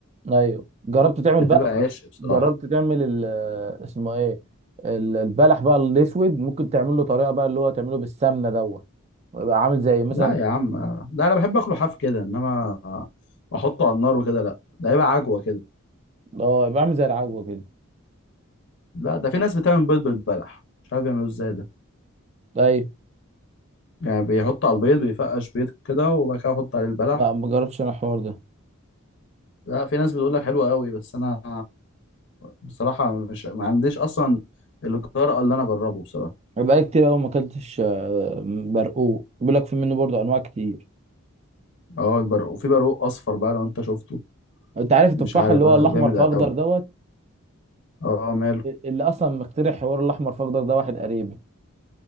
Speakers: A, on the right; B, on the left.
A: ايوه جربت تعمل
B: بتبقى
A: بقى
B: عيش بصراحة
A: جربت تعمل ال... آه، اسمه ايه ال- البلح بقى الاسود ممكن تعمل له طريقه بقى اللي هو تعمله بالسمنه دوت يبقى عامل زي مثلا
B: لا يا عم لا انا بحب اكله حاف كده انما احطه على النار وكده لا ده هيبقى عجوه كده
A: اه يبقى عامل زي العجوه كده
B: لا ده في ناس بتعمل بيض بالبلح مش عارف بيعملوه ازاي ده
A: ايوه
B: يعني بيحط على البيض بيفقش بيض كده وبعد كده يحط عليه البلح
A: لا ما جربتش انا الحوار ده
B: لا في ناس بتقول لك حلو قوي بس انا بصراحه مش ما عنديش اصلا الجرأة اللي انا اجربه بصراحه
A: بقالي كتير قوي ما اكلتش آه، برقوق بيقول لك في منه برضه انواع كتير
B: اه البرق وفي برقوق اصفر بقى لو انت شفته
A: انت عارف التفاح
B: مش عارف
A: اللي
B: بقى
A: هو الاحمر
B: جامد
A: في
B: قوي
A: اخضر دوت
B: اه ماله
A: اللي اصلا مخترع حوار الاحمر في اخضر ده واحد قريبي